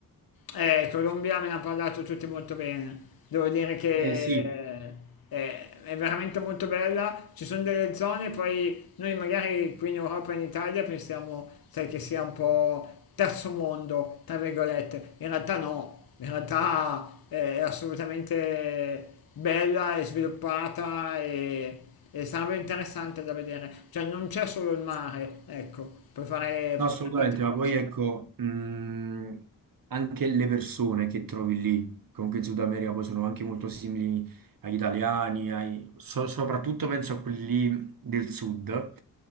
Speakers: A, on the left (about 70°); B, on the right (about 65°).
A: Eh, il Colombia me ne ha parlato tutti molto bene. Devo dire che
B: Eh, sì.
A: eh, è veramente molto bella. Ci sono delle zone, poi noi magari qui in Europa e in Italia pensiamo, sai, che sia un po' terzo mondo, tra virgolette. In realtà no, in realtà eh, è assolutamente bella e sviluppata e, e sarebbe interessante da vedere. Cioè non c'è solo il mare, ecco, puoi fare, puoi
B: No, assolutamente,
A: fare tante
B: ma
A: cose.
B: poi ecco, mh, anche le persone che trovi lì, comunque in Sud America poi sono anche molto simili agli italiani, ai- so- soprattutto penso a quelli lì del sud,